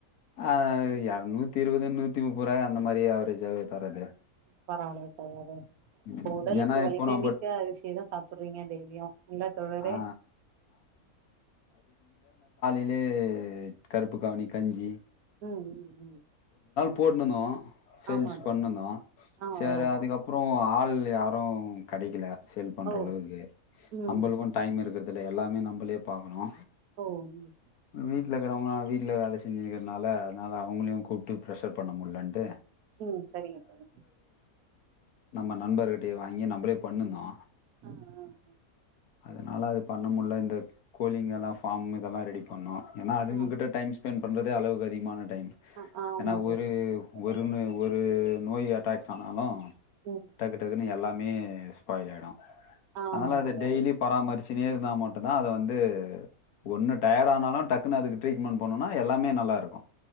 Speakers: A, on the left; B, on the right.
A: ஆஹ் ய நூத்தி இருபதுன்னூத்தி முப்பது ரூாய் அந்தமாதிரி ஆவரேஜாவவே தராது
B: பரவல தோழரே
A: ம்,
B: அப்ப உடலுக்கு
A: ஏன்னா
B: வலிமை
A: இப்போ நம்ம
B: மிக்க அரிசியதா சாப்பிடுறீங்க டெய்லியும் இல்ல தோழரே
A: ஆ இதே கருப்பு கவுனி கஞ்சி
B: ம் ம் ம்
A: போட்டுணுதோ செல்ஸ்
B: ஆமா தோழி
A: பண்ணுயிருதோ
B: ஆ
A: செரி
B: ஓஹோ
A: அதுக்கப் ஆள் யாரு கடைக்கல சேல் பண்ற
B: ஓ
A: அளவுக்கு
B: ம்
A: நம்பளுக்கும்
B: ம்
A: டைம் இருக்கற்துல்ல எல்லாமே நம்பளே பாகணு
B: ஓ ம்
A: வீட்லக்குறவ்ங்க வீட்ல வேல செ செஞ்சின்னுர்க்கனால அத்னால அவங்களியு கூப்ட்டு ப்ரஷர் பண்ண முட்லன்டு
B: ம் சரிங்க தோழ
A: நம்ம நண்பர்கிட்டே வாங்கி நம் ம்பளே பண்ணுந்தோ
B: ஆஹ் ஆஹ் ஆஹ்
A: அதனால அது பண்ணமுல்ல இந்த கோலிங்கெல்லாம் ஃபாம் இதல்லாம் ரெடி பண்ணோம் ஏன்னா அதுங்க
B: ஆ
A: கிட்ட டைம் ஸ்பெண் பண்றதே அளவுக்கு அதிகமான டைம்
B: ஆ ஆ ஆமா
A: ஏன்னா
B: தோழி
A: ஒரு
B: ஆமா தோழரே
A: ஒருமு ஒரு நோயி அட்டாக் ஆனாலு
B: ம்
A: டக்கு டக்குனு எல்லாம் மே ஸ்பாயில் ஆயிடும்
B: ஆமா
A: அனால அத
B: தோழரே
A: டெய்லி பராமரிச்சினே இருந்தா மட் ப்ப தா அது வந்து ஒன்னு டயட் ஆனாலு டக்குனு அதுக்கு ட்ரீட்மெண்ட் பண்ணனு எல்லாமே நல்லாருக்கும்